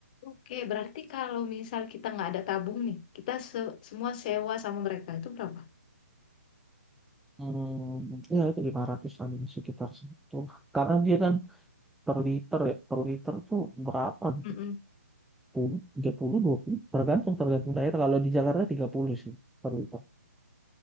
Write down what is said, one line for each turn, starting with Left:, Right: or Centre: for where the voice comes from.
Left: Oke, berarti kalau misal kita nggak ada tabung nih, kita se- semua sewa sama mereka itu berapa?
Centre: Hmm, ya itu 500-an sekitar segitu. Karena dia kan per liter ya, per liter tuh berapa? gitu?
Left: Mm-mm.
Centre: sepuluh, Tiga puluh, dua puluh tergantung tergantung daerah. Kalau di Jakarta 30 sih per liter.